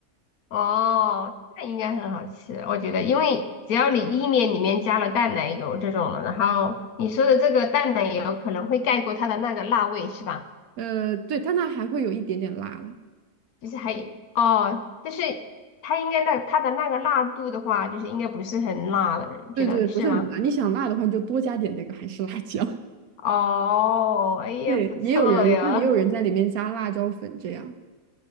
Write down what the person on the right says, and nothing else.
呃，对，但它那还会有一点点辣了。
对对，不是很辣。你想辣的话，你就多加点那个韩式辣椒。
<laughs>
对，
也有人，我看也有人在里面加辣椒粉这样。